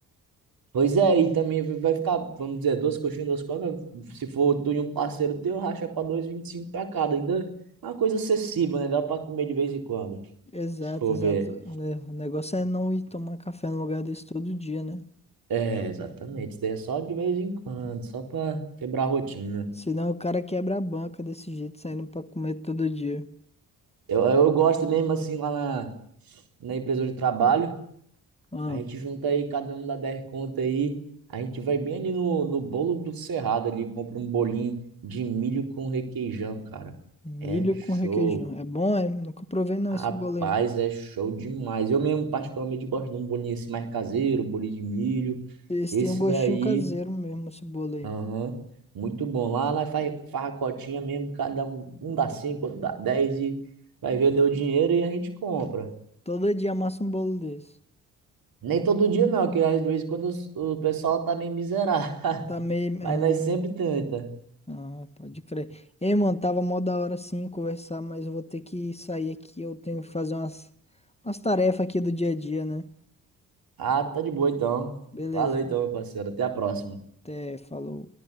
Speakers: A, on the right; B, on the left.
A: Pois é, e também vai ficar, vamos dizer, duas coxinhas, duas cocas. Se for tu e um parceiro teu, racha pra dois e vinte e cinco pra cada. Ainda é uma coisa acessível, né? Dá pra comer de vez em quando.
B: Exato,
A: Se for
B: exato.
A: ver.
B: É, O negócio é não ir tomar café no lugar desse todo dia, né?
A: É, exatamente. Isso daí é só de vez em quando, só pra quebrar a rotina.
B: Senão o cara quebra a banca desse jeito, saindo pra comer todo dia.
A: Eu, eu gosto mesmo assim lá na, na empresa de trabalho.
B: Ah,
A: A gente junta aí, cada um dá 10 conta aí. A gente vai bem ali no, no bolo do Cerrado ali, compra um bolinho de milho com requeijão, cara.
B: milho
A: É show.
B: com requeijão. É bom, é? Nunca provei não
A: Rapaz,
B: esse bolo aí.
A: é show demais. Eu mesmo, particularmente, gosto de um bolinho assim mais caseiro, um bolinho de milho.
B: Eles
A: Esse
B: têm um gostinho
A: daí,
B: caseiro mesmo, esse bolo aí.
A: aham, muito bom. Lá, lá faz farracotinha mesmo, cada um, um dá cinco, outro dá dez e vai ver, deu dinheiro e a gente compra.
B: Todo dia amassa um bolo desse.
A: Nem todo dia não, que às vezes quando os- o pessoal tá meio miserável, <laughs>
B: Tá meio.
A: mas
B: Ah,
A: nós sempre tenta.
B: ah, pode crer. Ei, mano, tava mó da hora sim conversar, mas eu vou ter que sair aqui. Eu tenho que fazer umas, umas tarefas aqui do dia a dia, né?
A: Ah, tá de boa então.
B: Beleza,
A: Valeu
B: viu?
A: então, meu parceiro. Até a próxima.
B: Até falou.